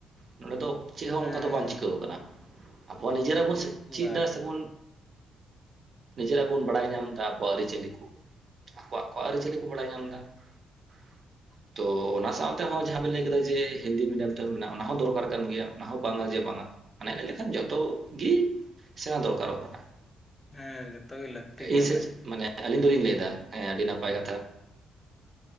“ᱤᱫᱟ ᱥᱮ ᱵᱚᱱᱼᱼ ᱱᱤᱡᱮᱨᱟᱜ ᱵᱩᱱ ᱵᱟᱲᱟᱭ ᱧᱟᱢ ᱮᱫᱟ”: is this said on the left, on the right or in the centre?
Right